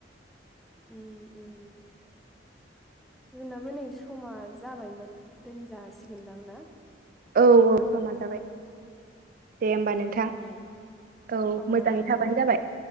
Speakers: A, in the centre; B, on the right (about 50°).
A: उम उम। जोंनाबो नै समा जाबायमोन दोनजासिगोनदां ना
B: औ औ समा जाबाय दे होमबा
A: अ
B: नोंथां।
A: दे होमबालाय
B: औ
A: अ
B: मोजाङै
A: अ
B: थाबानो जाबाय।